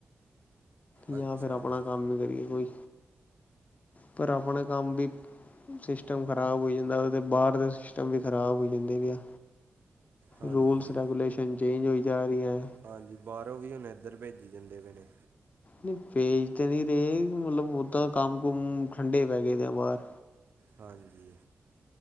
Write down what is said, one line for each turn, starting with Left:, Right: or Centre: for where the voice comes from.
Left: ਜਾਂ
Right: ਅੱਛਾ
Left: ਫਿਰ ਆਪਣਾ
Right: ਜੀ
Left: ਕੰਮ ਈ ਕਰੀਏ ਕੋਈ ਪਰ ਆਪਣਾ ਕੰਮ ਵੀ ਸਿਸਟਮ ਖ਼ਰਾਬ ਹੋਈ ਜਾਂਦਾ, ਉਦੇ ਬਾਹਰ ਦੇ ਸਿਸਟਮ ਵੀ ਖ਼ਰਾਬ ਹੋਈ ਜਾਂਦੇ ਵੇ ਆ
Right: ਹਾਂਜੀ
Left: ਰੂਲਸ ਰੈਗੂਲੇਸ਼ਨ ਚੇਂਜ ਹੋਈ ਜਾ ਰਹੀ ਐ।
Right: ਹਾਂਜੀ ਬਾਹਰੋਂ ਵੀ ਹੁਣ ਏਧਰ ਭੇਜੀ ਜਾਂਦੇ ਪਏ ਨੇ।
Left: ਨ‌ਈ ਭੇਜ ਤੇ ਨੀ ਰਹੇ ਮਤਲਬ ਓਦਾਂ ਕੰਮ-ਕੁਮ ਠੰਡੇ ਪੈ ਗਏ ਨੇ ਬਾਹਰ।
Right: ਹਾਂਜੀ‌।